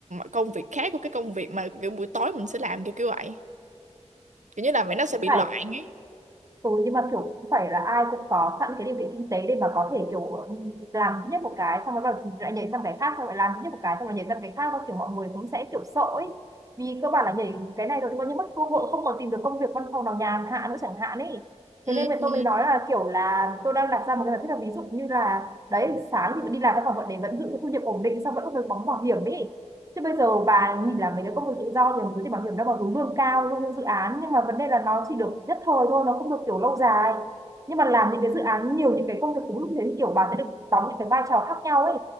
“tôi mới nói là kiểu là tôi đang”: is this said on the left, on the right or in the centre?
Right